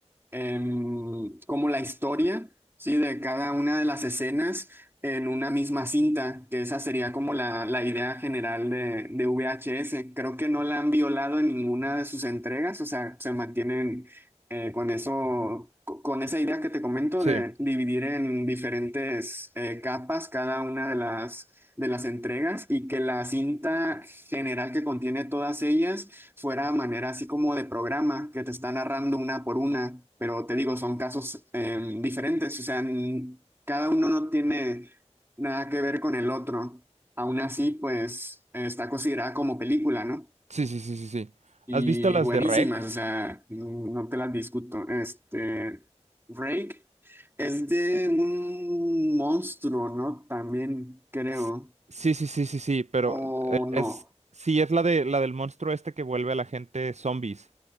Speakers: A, on the right (about 20°); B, on the right (about 75°).
A: em, como la historia, ¿sí? De cada una de las escenas en una misma cinta, que esa sería como la, la idea general de, de VHS. Creo que no la han violado en ninguna de sus entregas, o sea, se mantienen eh, con eso, co- con esa idea que te comento
B: Sí,
A: de dividir en diferentes eh, capas cada una de las... de las entregas y que la cinta general que contiene todas ellas fuera manera así como de programa que te está narrando una por una, pero te digo, son casos eh, diferentes, o sea, n- cada uno no tiene nada que ver con el otro. Aún así, pues eh, está considerada como película, ¿no?
B: sí, sí, sí, sí, sí.
A: Y
B: ¿Has visto las
A: buenísimas,
B: de REC?
A: o sea, no, no te las discuto. Este, Rake es de un monstruo, ¿no? También creo,
B: S- Sí, sí, sí, sí, sí, pero
A: o
B: eh,
A: no.
B: es, sí, es la de la del monstruo este que vuelve a la gente zombies,